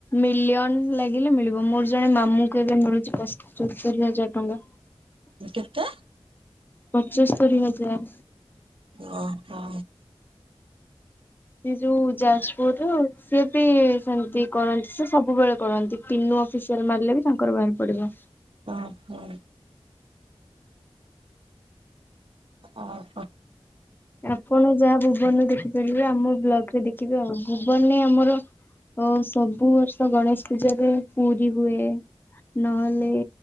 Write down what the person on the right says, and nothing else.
କେତେ?
ଓ ହୋ।
ଅ ହୋ। ଅ ହୋ।